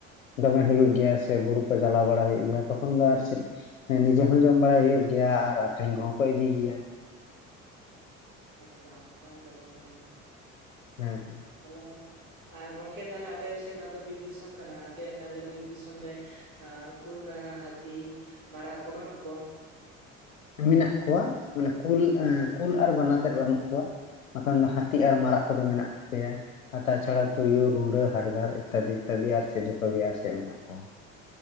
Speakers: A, on the left (about 80°); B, on the right (about 80°).
A: ᱫᱚᱢᱮ ᱦᱩᱭᱩᱜ ᱜᱮᱭᱟ ᱥᱮ ᱵᱩᱨᱩ ᱠᱚ ᱪᱟᱞᱟᱣ ᱵᱟᱲᱟ ᱦᱩᱭᱩᱜ ᱜᱮᱭᱟ ᱛᱚᱠᱷᱚᱱ ᱫᱚ ᱟᱨ ᱪᱮᱫ? ᱦᱮᱸ ᱱᱤᱡᱮ ᱦᱚᱸ ᱡᱚᱢ ᱵᱟᱲᱟᱭ ᱦᱩᱭᱩᱜ ᱜᱮᱭᱟ ᱟᱨ ᱟᱠᱷᱨᱤᱧ ᱠᱚᱦᱚᱸ ᱠᱚ ᱤᱫᱤᱭ ᱜᱮᱭᱟ᱾
B: ᱟᱪᱪᱷᱟ ᱚᱱᱠᱟᱱ ᱵᱮᱵᱽᱥᱟ ᱡᱤᱱᱤᱥ
A: ᱦᱮᱸ ᱦᱮᱸ᱾
B: ᱛᱟᱦᱚᱞᱮ, ᱟᱨ ᱜᱚᱢᱠᱮ ᱛᱟᱦᱞᱮ ᱟᱯᱮ ᱥᱮᱫ ᱢᱟᱛᱚ ᱵᱤᱨ ᱫᱤᱥᱚᱢ ᱠᱟᱱᱟ ᱟᱯᱮ ᱭᱟᱜ ᱛᱟᱦᱚᱞᱮ ᱵᱤᱨ ᱫᱤᱥᱚᱢ ᱨᱮ ᱮᱸ ᱠᱩᱞ ᱵᱟᱱᱟ ᱦᱟᱹᱛᱤ ᱢᱟᱨᱟᱜ ᱠᱚ ᱵᱟᱹᱱᱩᱜ ᱠᱚᱣᱟ?
A: ‌ ᱢᱮᱱᱟᱜ ᱠᱚᱣᱟ ᱢᱟᱱᱮ ᱠᱩᱞ ᱮᱸ ᱠᱩᱞ ᱟᱨ ᱵᱟᱱᱟ ᱛᱮᱫ ᱵᱟᱱᱩᱜ ᱠᱚᱣᱟ᱾ ᱵᱟᱠᱷᱟᱱ ᱫᱚ ᱦᱟᱛᱤ ᱟᱨ ᱢᱟᱨᱟᱜ ᱠᱚᱫᱚ ᱢᱮᱱᱟᱜ ᱠᱚᱜᱮ ᱭᱟ᱾ ᱟᱨ ᱛᱟᱪᱷᱟᱲᱟ ᱛᱩᱭᱩ ᱨᱩᱸᱰᱟᱹ ᱦᱟᱰᱜᱟᱨ ᱤᱛᱛᱟᱫᱤ ᱤᱛᱛᱟᱫᱤ ᱟᱨ ᱪᱮᱜ ᱡᱚᱛᱚ ᱜᱮ ᱟᱨ ᱪᱮᱜ ᱢᱮᱱᱟᱜ ᱠᱚᱣᱟ᱾